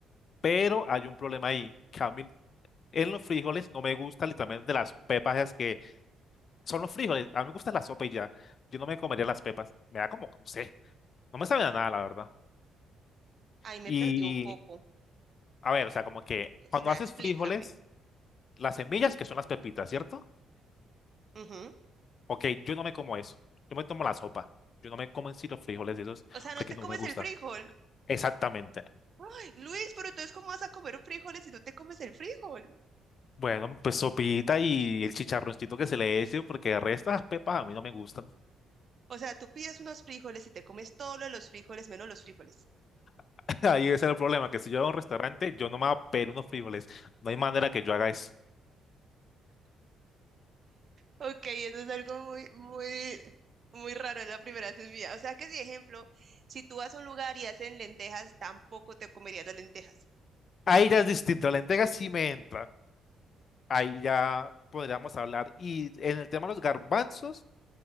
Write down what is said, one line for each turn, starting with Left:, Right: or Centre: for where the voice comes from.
Left: pero hay un problema ahí. que a mí en los frijoles no me gusta literalmente las pepas, esas que son los frijoles. A mí me gusta la sopa y ya. Yo no me comería las pepas. Me da como, no sé, no me sabe a nada, la verdad.
Right: Ahí me
Left: Y,
Right: perdí un poco.
Left: a ver, o sea, como que
Right: O
Left: cuando
Right: sea,
Left: haces
Right: explícame.
Left: frijoles, las semillas, que son las pepitas, ¿cierto?
Right: Ujú.
Left: Ok, yo no me como eso. Yo me tomo la sopa. Yo no me como en sí los frijoles y esos
Right: O sea, no
Left: porque
Right: te
Left: no
Right: comes
Left: me gusta.
Right: el frijol.
Left: Exactamente.
Right: Ay, Luis, pero entonces, ¿cómo vas a comer frijoles si no te comes el frijol?
Left: Bueno, pues sopita y el chicharroncito que se le eche, porque el resto de las pepas a mí no me gustan.
Right: O sea, tú pides unos frijoles y te comes todos los frijoles menos los frijoles.
Left: <laughs> Ahí ese es el problema, que si yo voy a un restaurante, yo no me voy a pedir unos frijoles. No hay manera que yo haga eso.
Right: Ok, eso es algo muy, muy, muy raro, es la primera vez en mi vida. O sea que, si ejemplo, si tú vas a un lugar y hacen lentejas, tampoco te comerías las lentejas.
Left: Ahí ya es distinto, la entrega sí me entra Ahí ya podríamos hablar. Y en el tema de los garbanzos.